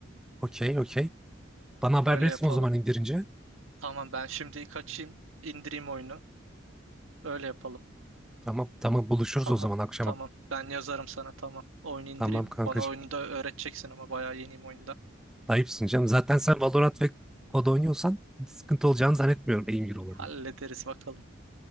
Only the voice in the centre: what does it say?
okey okey. Bana haber
verirsin
o zaman indirince.
Tamam tamam buluşuruz
o zaman akşama.
Tamam kankacığım.
Ayıpsın canım. Zaten sen Valorant ve COD oynuyorsan sıkıntı olacağını zannetmiyorum aim eurolarında.